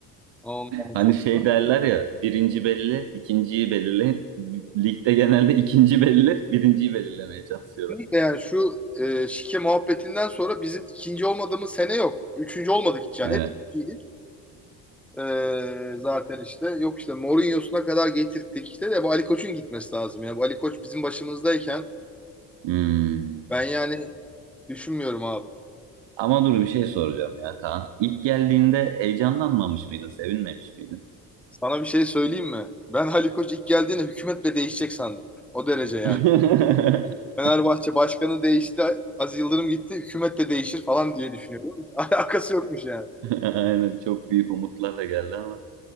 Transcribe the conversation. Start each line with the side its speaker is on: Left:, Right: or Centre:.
Centre: ondan
Right: Hani
Centre: sonra.
Right: şey derler ya, birinci belli, ikinciyi belirle. Ligde genelde ikinci belli, birinciyi belirlemeye çalışıyorlar.
Centre: Şimdi Yani şu e, şike muhabbetinden sonra bizim ikinci olmadığımız sene yok. Üçüncü olmadık hiç yani.
Right: Evet.
Centre: Hep ikinciydik. E, zaten işte yok işte Mourinho'suna kadar getirttik işte de bu Ali Koç'un gitmesi lazım ya. Bu Ali Koç bizim başımızdayken
Right: Hmm.
Centre: ben yani düşünmüyorum abi.
Right: Ama dur bir şey soracağım ya Kaan. İlk geldiğinde heyecanlanmamış mıydın, sevinmemiş miydin?
Centre: Sana bir şey söyleyeyim mi? Ben Ali Koç ilk geldiğinde hükümet de değişecek sandım. O derece yani.
Right: <laughs>
Centre: Fenerbahçe başkanı değişti, Aziz Yıldırım gitti, hükümet de değişir falan diye düşünüyorum. Hiç <laughs> Alakası yokmuş yani.
Right: Aynen çok büyük umutlarla geldi ama